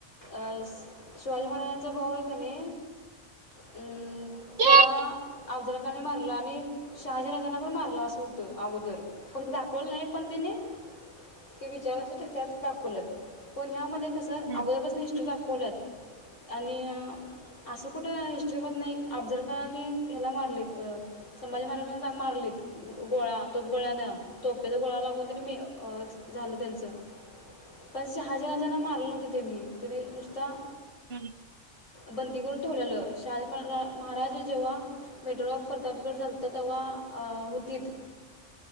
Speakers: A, on the left; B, on the right.
A: अस शिवाजी महाराजांचा भाऊ आहे कणी, अं
B: हा.
A: त्याला अफजलखाना मारल आणि शहाजीराजांना पण मारला असू त अगोदर फक्त दा कोण नाही पण त्याने ते विचार अस त्यात दाखवल्यात पण ह्यामध्ये कसं
B: हम्म.
A: अगोदरपसन हिस्ट्री दाखवलत आणि असं कुठ त्या हिस्ट्रीमधन एक अफझलखानी ह्याला मारलेत अ संभाजी महाराजांना मारलेत गोळा तोप गळ्यान तोप्यात गोळा लागून तरी मी अ झालं त्यांचं पण शहाजी राजांना मारल नव्हतं त्यांनी तेनी नुसता
B: हम्म
A: बंदी करून ठेवल्यालं शहाजी महारा महाराज जेव्हा मेट्रो खोल ताप गड झालता तेव्हा तिथ